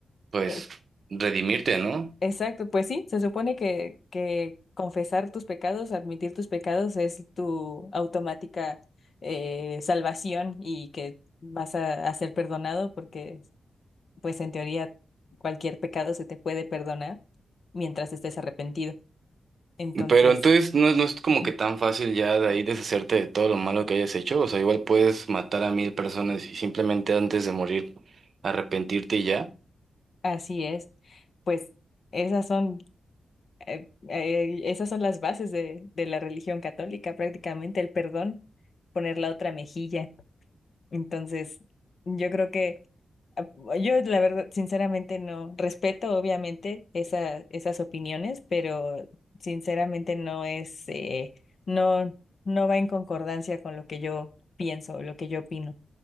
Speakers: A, on the right (about 55°); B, on the left (about 50°).
A: pues,
B: eh,
A: redimirte, ¿no?
B: exacto. Pues sí, se supone que, que confesar tus pecados, admitir tus pecados es tu automática eh, salvación y que vas a, a ser perdonado porque, pues en teoría, cualquier pecado se te puede perdonar mientras estés arrepentido. Entonces,
A: Pero entonces no, no es como
B: ujú,
A: que tan fácil ya de ahí deshacerte de todo lo malo que hayas hecho. O sea, igual puedes matar a mil personas y simplemente antes de morir arrepentirte y ya.
B: así es. Pues esas son, eh, eh, esas son las bases de, de la religión católica, prácticamente el perdón, poner la otra mejilla. Entonces, yo creo que ah, yo la verdad, sinceramente no respeto obviamente esa, esas opiniones, pero sinceramente no es, eh, no, no va en concordancia con lo que yo pienso, lo que yo opino